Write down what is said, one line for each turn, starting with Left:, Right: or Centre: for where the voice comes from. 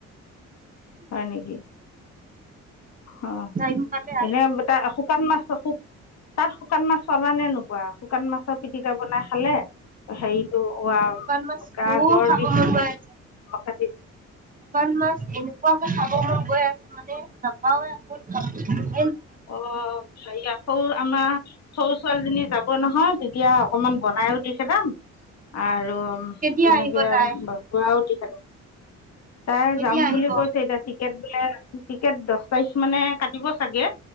Left: হয় নেকি অ
Right: টাইম পালে আহে
Left: এনে তাৰ শুকান মাছ শুক তাত শুকান মাছ চাবা নে নো ৱা শুকান মাছৰ পিটিকা বনাই খালে হেৰিটো ৱা
Right: শুকান মাছ
Left: গা
Right: বহুত
Left: জ্বৰ
Right: খাব
Left: বিষটো
Right: মন গৈ আছে
Left: চাবিছ
Right: শুকান মাছ এনেকুৱাকে খাব মন গৈ আছে মানে নাপাওৱে আ কত পাবি
Left: অ হাইয়া সৰু আমা সৰু ছোৱালীজনী যাব নহয় তেতিয়া অকণমান বনায়ো <unintelligible> দি খদাম আৰু
Right: কেতিয়া
Left: সেনেকে
Right: আহিব তাই
Left: বকৰাও দি <unintelligible> তাই
Right: কেতিয়া
Left: যাম
Right: আহিব
Left: বুলি কৈছে এতিয়া টিকেট বোলে টিকেট দহ তাৰিখ মানে কাট কাটিব চাগে